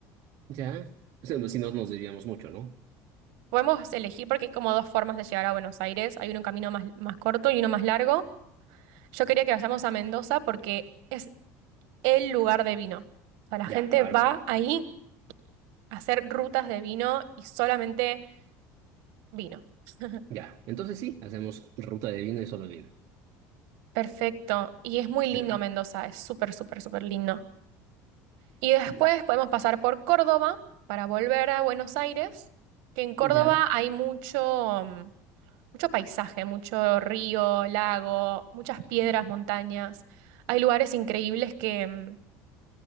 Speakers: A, on the right (about 55°); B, on the right (about 75°).
A: Ya, pues si no si no nos desviamos mucho, ¿no?
B: Podemos elegir porque hay como dos formas de llegar a Buenos Aires. Hay un camino más, más corto y uno más largo. Yo quería que vayamos a Mendoza porque es el lugar de vino. O sea, la
A: Ya,
B: gente
A: bárbaro.
B: va ahí a hacer rutas de vino y solamente vino. <laughs>
A: Ya, entonces sí, hacemos ruta de vino y solo vino.
B: Perfecto. Y es muy lindo
A: Pero,
B: Mendoza, es súper, súper, súper lindo. Y después
A: eh,
B: podemos pasar por Córdoba para volver a Buenos Aires, que en Córdoba
A: ya,
B: hay mucho, mm, mucho paisaje, mucho río, lago, muchas piedras, montañas. Hay lugares increíbles que, mm,